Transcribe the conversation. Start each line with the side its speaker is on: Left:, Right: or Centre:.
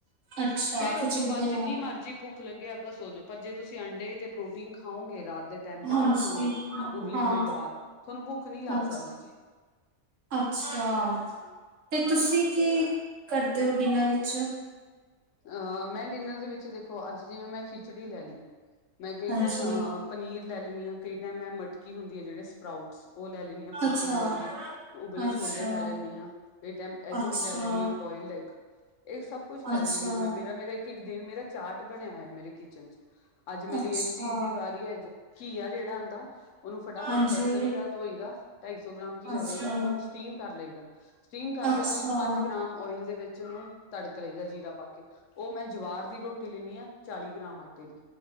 Right: ਅੱਛਾ
Left: ਫੇਰ
Right: ਖਿਚੜੀ
Left: ਉਸ ਤੋਂ ਬਾਅਦ
Right: ਦੇ
Left: ਜਿੰਨੀ
Right: ਨਾਲ
Left: ਮਰਜ਼ੀ ਭੁੱਖ ਲੱਗੇਿਆ ਆਪ ਤਾਂ ਸੋਚ ਪਰ ਜੇ ਤੁਸੀਂ ਤੁਸੀਂ ਅੰਡੇ ਤੇ ਪ੍ਰੋਟੀਨ ਖਾਓਗੇ ਰਾਤ ਦੇ ਟਾਈਮ ਦਾਲ
Right: ਹਾਂਜੀ
Left: ਖਾਓਗੇ
Right: ਹਾਂ।
Left: ਉਬਲੀ ਹੋਈ ਦਾਲ ਤੁਹਾਨੂੰ ਭੁੱਖ ਨਹੀਂ ਲਾ
Right: ਹਾਂਜੀ
Left: ਸਕਦੀ ਜੀ ਹੈ।
Right: ਅੱਛਾ ਤੇ ਤੁਸੀਂ ਕੀ ਕਰਦੇ ਹੋ ਡਿਨਰ ਵਿੱਚ
Left: ਅਹ ਮੈਂ ਡਿਨਰ ਦੇ ਵਿੱਚ ਦੇਖੋ ਅੱਜ ਜਿਵੇਂ ਮੈਂ ਖਿੱਚ ਚੜੀ ਲੈ ਲਈ ਮੈਂ ਕਈ
Right: ਹਾਂਜੀ
Left: ਟਾਈਮ ਅ ਪਨੀਰ ਲੈ ਲੈਂਦੀ ਹਾਂ ਕਈ ਟਾਈਮੈਂ ਮਟਕੀ ਹੁੰਦੀ ਆ ਜਿਹੜੇ ਸਪਰਾਊਟਸ ਉਹ ਲੈ ਲੈਦੀ ਆ ਪ੍ਰੋਟੀਨ
Right: ਅੱਛਾ।
Left: ਦੇ ਲ ਲਈ ਉਬਲੇ
Right: ਅੱਛਾ
Left: ਛੋਲੇ ਲੈ ਲੈਦੀ ਆਾਂ ਇਹ ਟਮ ਐੱਗ
Right: ਅੱਛਾ
Left: ਵੀ ਲੈੈਂਦੀ ਹਾਂ ਬੋਆਇਲਡ ਐਗ ਇਹ ਸਭ ਕੁਛ ਲੈ
Right: ਅੱਛਾ।
Left: ਲੈਂਦੀ। ਮੈਂ ਮੇਰਾ ਮੇਰਾ ਇੱਕ ਦਿਨ ਮੇਰਾ ਚਾਰਟ ਬਣਿਆ ਹੋਇਆ ਮੇਰੇ ਕਿਚਨ ਚ ਅੱਜ ਮੇਰੀ
Right: ਅੱਛਾ
Left: ਇਸ ਚੀਜ਼ ਦੀ ਵਾਰੀ ਹੈ ਅੱਜ ਘ ਆ ਜਿਹੜੀ ੜ ਹੁੰਦਾ ਉਹਨੂੰ ਫਟਾਫਟ
Right: ਹਾਂਜੀ
Left: ਕਟ ਕਰੀ ਦਾ ਧੋਈ ਦਾ ਢਾਈ ਸੌ ਗ੍ਰਾਮ ਕੀ ਕਹਿ
Right: ਅੱਛਾ
Left: ਲਈਦਾ ਉਹਨੂੰ ਸਟੀਮ ਕਰ ਲਈ ਦਾ ਸਟੀਮ ਕਰਕੇ
Right: ਅੱਛਾ।
Left: ਉਹਨੂੰ ਪੰਜ ਗ੍ਰਾਮ ਓਇਲ ਦੇ ਵਿੱਚ ਉਹਨੂੰ ਤੜਕ ਲਈਦਾ ਜੀਰਾ ਪਾ ਉਹ ਮੈਂ ਜਵਾਰ ਦੀ ਰੋਟੀ ਲੈਦੀ ਆਾਂ ਚਾਲੀ ਗ੍ਰਾਮ ਆਟੇ ਦੀ